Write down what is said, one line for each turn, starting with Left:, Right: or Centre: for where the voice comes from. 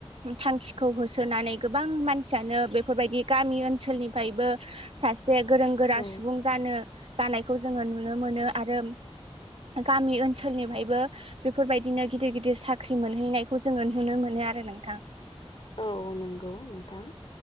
Right: थांखिखौ होसोनानै गोबां मानसियानो बेफोरबायदि गामि ओनसोलनि निफ्रायबो सा से गोरों गोरा
Left: औ
Right: सुबुं जानो जानायखौ जोङो नुनो मोनो आरो गामि ओनसोलनिफ्रायबो बेफोरबायदिनो गिदिर गिदिर साख्रि मोनहैनायखौ जोङो नुनो मोनो आरो नोंथां
Left: औ नंगौ नोंथां